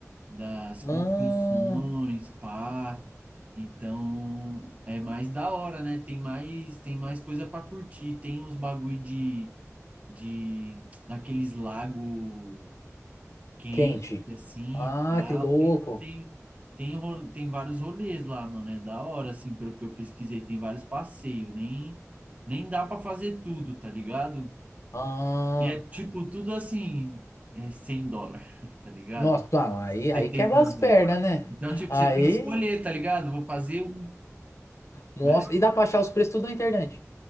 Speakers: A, on the right (about 25°); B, on the left (about 65°).
A: das
B: Ah,
A: construções, pá. Então, é mais da hora, né? Tem mais, tem mais coisa para curtir. Tem uns bagulho de, de daqueles lago quente
B: quente.
A: assim
B: Ah,
A: e tal.
B: que louco.
A: Tem, tem, tem, ro- tem vários rolês lá, mano. É da hora, assim, pelo que eu pesquisei. Tem vários passeios. Nem, nem dá para fazer tudo, tá ligado?
B: Ah.
A: E é tipo tudo assim, é 100 dólares, <laughs> tá ligado?
B: Nossa, tá, aí,
A: setenta
B: aí quebra as pernas,
A: dólares.
B: né?
A: Então, tipo,
B: Aí.
A: você tem que escolher, tá ligado? Vou fazer um,
B: Nossa,
A: né?
B: e dá pra achar os preços tudo na internet.